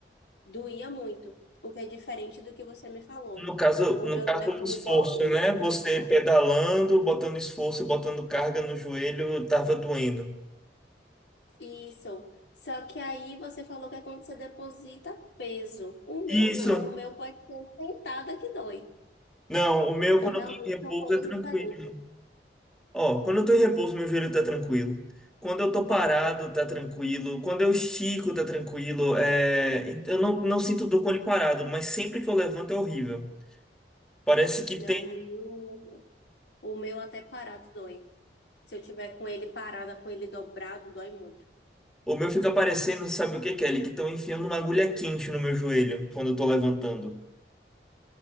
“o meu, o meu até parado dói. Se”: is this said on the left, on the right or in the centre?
Left